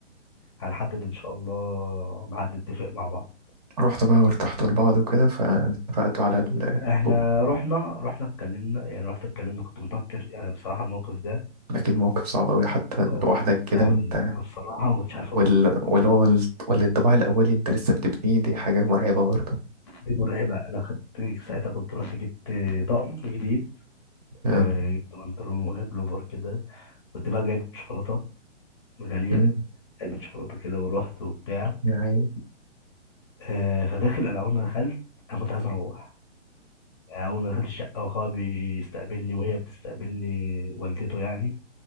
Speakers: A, on the left (about 25°); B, on the right (about 35°).
A: هنحدد ان شاء الله ميعاد نتفق مع بعض
B: رحت بقى وارتحت لبعض وكده فاتفقتوا على الخطوبة
A: احنا رحنا رحنا اتكلمنا يعني رحت اتكلمنا كنت متوتر يعني بصراحه الموقف ده
B: أكيد موقف صعب أوي حتى
A: اه
B: لوحدك كده
A: ده يعني
B: وأنت
A: انا بصراحه ما كنتش عارف
B: وال...
A: اقول ايه
B: واللي هو ال- والانطباع الأولي أنت لسه بتبنيه دي حاجة مرعبة برضه
A: دي مرعبه انا خدت ساعتها كنت رحت جبت طقم جديد
B: آه.
A: آه، جبت بنطلون وبلوفر كده كنت بقى جايب شوكولاته غاليه
B: أمم.
A: علبه شوكولاته كده ورحت وبتاع
B: يا عيني
A: آه، فداخل انا اول ما دخلت انا كنت عايز اروح يعني اول ما دخلت الشقه واخويا بيستقبلني وهي بتستقبلني والدته يعني